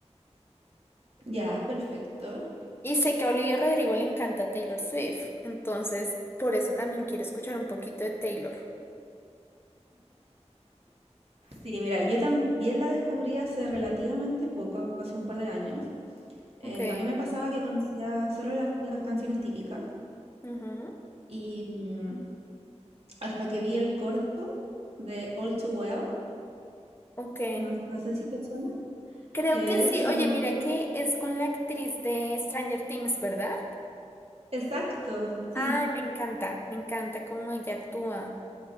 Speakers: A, on the right; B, on the left.
A: Ya, perfecto.
B: Y sé que a Olivia Rodrigo le encanta Taylor Swift, entonces por eso también quiero escuchar un poquito de Taylor.
A: Sí, mira, yo también la descubrí hace relativamente poco, hace un par de años. Eh,
B: Ok,
A: también me pasaba que conocía solo las, las canciones típicas
B: ujú,
A: y mm, hasta que vi el corto de All Too Well,
B: ok.
A: no, no sé si te suena,
B: Creo
A: que
B: que sí.
A: es una...
B: Oye, mira que es con la actriz de Stranger Things, ¿verdad?
A: Exacto, sí.
B: Ay, me encanta, me encanta cómo ella actúa.